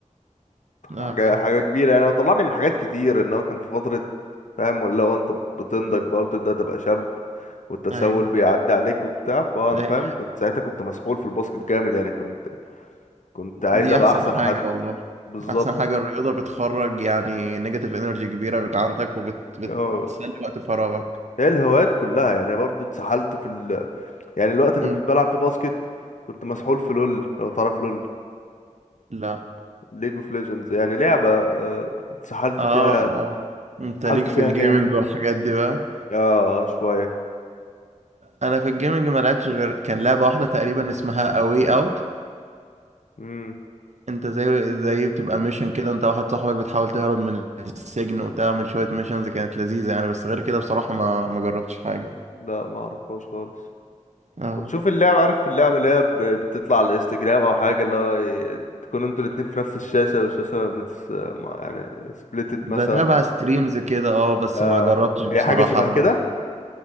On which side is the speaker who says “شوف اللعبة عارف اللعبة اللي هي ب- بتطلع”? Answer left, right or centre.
Left